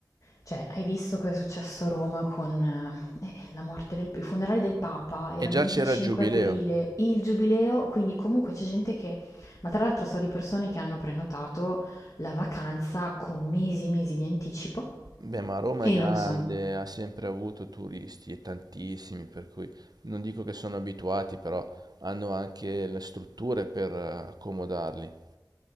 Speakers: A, on the left (about 45°); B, on the right (about 60°).
A: cioè hai visto cosa è successo a Roma con eh, eh, la morte del, i funerali del Papa, era
B: E già
A: il 25
B: c'era il giubileo.
A: aprile, il giubileo, quindi comunque c'è gente che, ma tra l'altro so di persone che hanno prenotato la vacanza con mesi e mesi di anticipo
B: Beh, ma Roma
A: e
B: è grande,
A: non sono
B: ha sempre avuto turisti e tantissimi, per cui non dico che sono abituati, però hanno anche le strutture per eh, accomodarli.